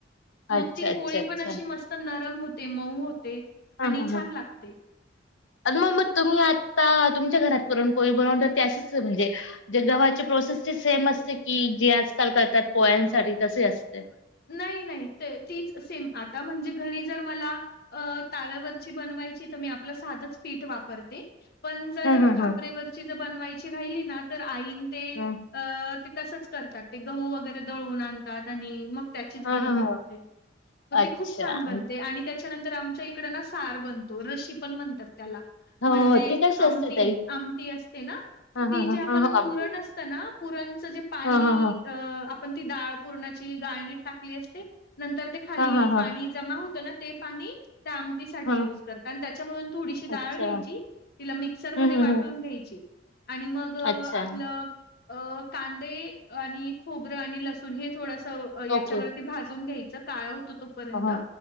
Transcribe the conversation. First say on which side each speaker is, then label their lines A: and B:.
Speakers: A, on the left; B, on the left.
A: मग
B: अच्छा
A: ती
B: अच्छा
A: पोळी
B: अच्छा
A: पण अशी मस्त नरम होते. मऊ होते.
B: हा
A: आणि
B: हा
A: छान
B: हा.
A: लागते.
B: अत मग मग तुम्ही आता तुमच्या घरात पुरण - पोळी बनवतात ती अशीच म्हणजे ज्या गव्हाची प्रोसेस ची सेम असते की? जी आजकाल करतात पोळ्यांसाठी तसे असते.
A: नाही नाही ते तीच सेम आता म्हणजे घरी जर मला अ ताव्यावरची बनवायची तर मी आपलं साधंच पीठ वापरते. पण जर
B: हा हा
A: खापरेवरची
B: हा
A: जर बनवायची राहिली ना तर आईन ते
B: हा
A: अ ते तसच करतात. ते गहू वगैरे दळून आणतात आणि मग त्याचीच
B: हा
A: बनवतात
B: हा हा
A: ते. मग
B: अच्छा
A: ते खूप छान बनते
B: हो
A: आणि त्याच्यानंतर आमच्या इकड ना सार बनतो. रशी पण म्हणतात त्याला.
B: हो
A: म्हणजे
B: ती कशी
A: आमटी.
B: असते ताई
A: आमटी असते ना?
B: हा
A: मग ती
B: हा
A: जे
B: हा
A: आपण
B: हा हा आमटी
A: पुरण असत ना? पुरणच जे पाणी
B: हा हा हा
A: अ आप पण ती डाळ पूरणाची गाळणीत टाकली असते नंतर ते खाली
B: हा हा
A: पाणी
B: हा
A: जमा होत ना ते पाणी त्या आमटीसाठी
B: हा
A: यूज करतात. आणि त्याच्यामधून थोडीशी डाळ
B: अच्छा.
A: घ्यायची तिला मिक्सरमध्ये
B: हं, हं,
A: वाटून
B: हं.
A: घ्यायची आणि मग आपलं
B: अच्छा.
A: अ कांदे आणि खोबरं आणि लसूण हे थोडस याच्यावर
B: ओके.
A: ते भाजून घ्यायचं काळं होतं तोपर्यंत.
B: हां, हां.